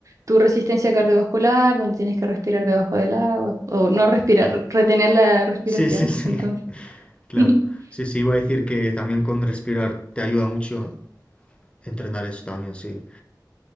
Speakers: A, on the right (about 45°); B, on the left (about 15°).
A: tu resistencia cardiovascular, donde tienes que respirar debajo del agua o no respirar,
B: claro.
A: retener la respiración.
B: Sí, sí, sí,
A: Entonces,
B: <laughs> claro.
A: <laughs>
B: Sí, sí, iba a decir que también con respirar te ayuda mucho entrenar eso también, sí.